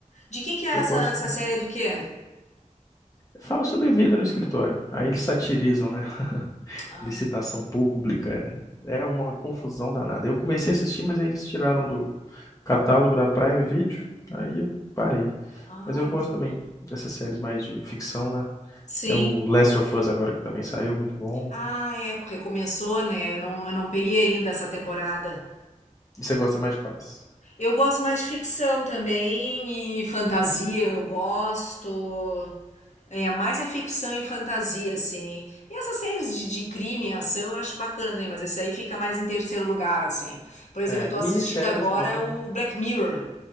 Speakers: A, on the left (about 65°); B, on the left (about 25°).
A: De que que é essa,
B: Eu gosto.
A: essa série do quê?
B: Fala sobre vida no escritório. Aí eles satirizam, né? <laughs>
A: Ah,
B: Licitação pública. É uma confusão danada. Eu comecei a assistir, mas aí eles tiraram do catálogo da Prime Video. Aí eu parei.
A: ah,
B: Mas eu
A: entendi.
B: gosto também dessas séries mais de ficção, né?
A: Sim.
B: É o Last of Us agora que também saiu, muito bom.
A: Ah, é, recomeçou, né? Eu não, eu não peguei ainda essa temporada.
B: E você gosta mais de quais?
A: Eu gosto mais de ficção também e fantasia, eu gosto. É, mais é ficção e fantasia, assim. E essas séries de, de crime e ação eu acho bacana também, mas esse aí fica mais em terceiro lugar, assim. Por exemplo,
B: É,
A: eu tô
B: minisséries
A: assistindo agora
B: também, né?
A: o Black Mirror.